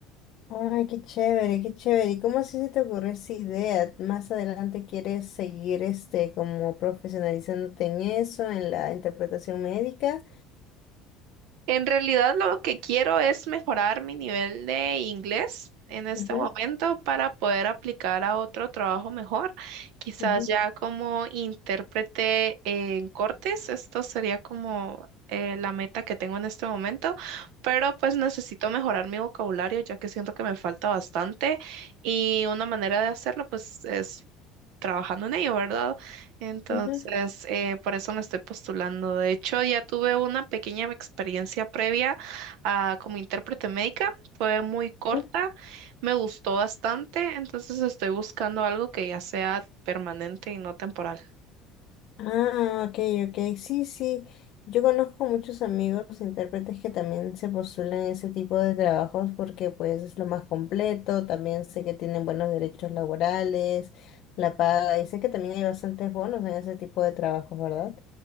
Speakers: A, on the left; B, on the right.
A: Ay, qué chévere, qué chévere. ¿Y cómo así se te ocurrió esa idea? ¿Más adelante quieres seguir este como profesionalizándote en eso, en la interpretación médica?
B: En realidad lo que quiero es mejorar mi nivel de inglés en este
A: Ujú,
B: momento para poder aplicar a otro trabajo mejor. Quizás
A: ujú,
B: ya como intérprete en cortes, esto sería como eh, la meta que tengo en este momento, pero pues necesito mejorar mi vocabulario ya que siento que me falta bastante y una manera de hacerlo pues es trabajando en ello, ¿verdad? Entonces,
A: ujú,
B: eh, por eso me estoy postulando. De hecho, ya tuve una pequeña experiencia previa ah, como intérprete médica. Fue muy corta,
A: ujú.
B: me gustó bastante, entonces estoy buscando algo que ya sea permanente y no temporal.
A: Ah, ok, ok. Sí, sí. Yo conozco muchos amigos intérpretes que también se postulan a ese tipo de trabajos porque pues es lo más completo, también sé que tienen buenos derechos laborales, la paga, y sé que también hay bastantes bonos en ese tipo de trabajos, ¿verdad?